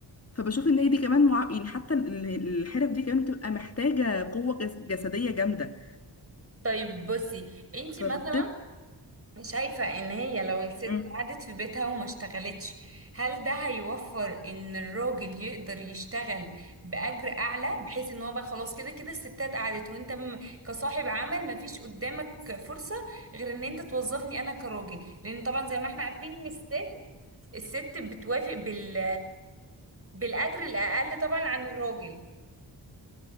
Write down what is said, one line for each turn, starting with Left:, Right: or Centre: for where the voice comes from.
Left: فبشوف ان هي دي كمان مع... يعني حتى ال- الحرف دي كمان بتبقى محتاجة قوة جس- جسدية جامدة
Right: طيب بصي انتي
Left: فبتبقى
Right: مثلا شايفة ان هي لو الست
Left: مم.
Right: قعدت في بيتها وما اشتغلتش هل ده هيوفر ان الراجل يقدر يشتغل بأجر اعلى بحيث ان هو بقى خلاص كده كده الستات قعدت وانت م- كصاحب عمل ما فيش قدامك فرصة غير ان انت توظفني انا كراجل لان طبعا زي ما احنا عارفين ان الست الست بتوافق بال بالأجر الاقل طبعا عن الراجل